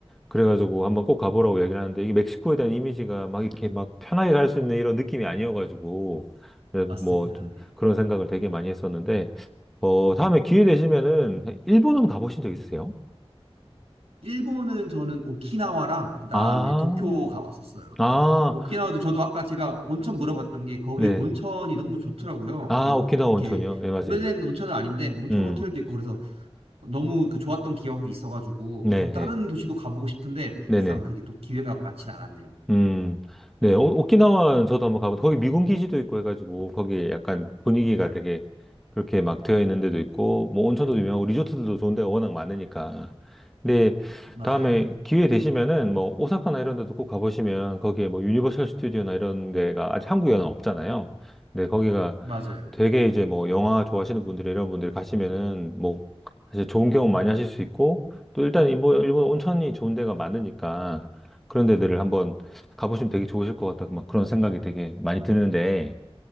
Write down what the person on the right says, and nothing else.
맞습니다
네.
일본은 저는 오키나와랑 그다음에
도쿄 가봤었어요.
오키나와도 저도 아까 제가 온천 물어봤던 게 거기
온천이 너무 좋더라고요.
막
이렇게
오래된 온천은 아닌데 온천
호텔도 있고 그래서 너무 그 좋았던 기억이 있어가지고
저도 다른
도시도 가보고 싶은데 막상
그게 또 기회가 많진 않았네요.
맞아요.
맞아요.